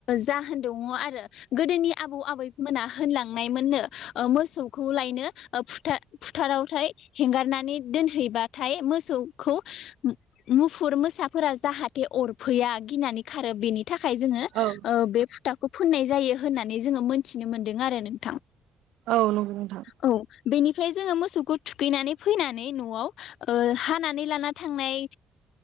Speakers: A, on the left; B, on the right.
A: जाहोन दङ आरो गोदोनि आबौ आबैमोना होनलांनाय नायमोन नो मोसौखौ लायनो फोथारावहाय हेंगारनानै दोनहैबाथाय मोसौखौ मुफुर मोसाफोरा जाहाथे अरफैया गिनानै खारो बेनि थाखाय जोङो
B: औ
A: बे फुथाखौ फोननाय जायो होननानै जोङो मोनथिनो मोन्दों आरो नोंथां
B: औ नंगौ नोंथां
A: औ बेनिफ्राय जोङो मोसौखौ थुखैनानै फैनानै नआव हानानै लाना थांनाय